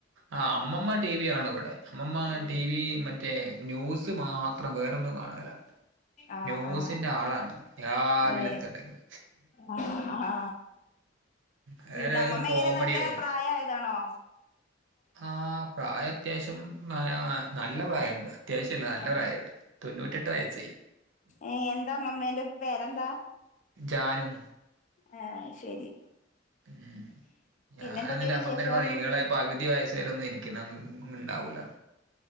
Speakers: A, on the right; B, on the left.
A: അ അമ്മമ്മ ടി വി കാണു ഇവടെ അമ്മമ്മ
B: ഉം
A: ടി വി മറ്റേ ന്യൂസ് മാ ത്രം വേറൊന്നും കാണേല
B: ആ
A: ന്യൂസിന്റെ
B: ആ
A: ആളാണ് രാവിലെ
B: ഏ
A: തൊടങ്ങി
B: ആ അഹാ
A: വേറെ
B: പിന്നെ അമ്മമ്മെങ്ങനെ
A: ഒരു കോമഡിയോ
B: നല്ല പ്രായ ആയതാണോ
A: ആ പ്രായം അത്യാവശ്യം നല്ല പ്രായുണ്ട് അത്യാവശ്യല്ല നല്ല
B: ആ
A: പ്രായണ്ട് തൊന്നൂട്ടെറ്റ് വയസ്സായി
B: ഏ എന്താ അമ്മമ്മേന്റെ പേരെന്താ
A: ജാനു
B: ആ അഹ് ശരി
A: ഉം ഞാൻ
B: പിന്നെ എന്തൊക്കെയാ
A: ന്റെ അമ്മമ്മേനോട്‌
B: വിശേഷം
A: പറീം ഇങ്ങളെ പകുതി വയസ്സ് വരെ ഒന്ന് എനക്ക്ങ് ഇണ്ടാവൂല